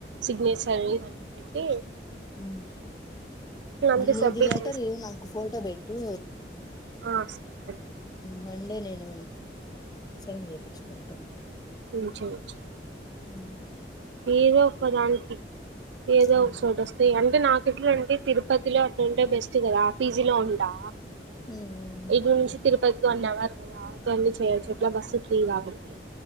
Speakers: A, on the right; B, on the left.
A: సిగ్నేచర్ ఇవన్నీ వేట్టి
B: ఉ మ్
A: అంతే
B: నీది
A: సబ్మిట్
B: లెటరు నాకు ఫోటో బెట్టు
A: అ సరే
B: మండే నేను సిమ్ చేపిచుకుంట
A: ఉమ్ చేయించుకో
B: ఉమ్
A: ఏదో ఒక్క దానికి ఏదో
B: హ్మ్.
A: ఒక సోటొస్తే అంటే నాక్ అట్లుంటె తిరుపతిలో అట్లాంటే బెస్ట్ కదా ఆ పీజీ లో ఉంటా
B: హు్ హు్ హ్
A: ఇటు నుంచి తిరుపతికి వన్ అవర్ కదా ఆవ్తని చేయొచ్చు అట్లా బస్ ఎక్కిరానికి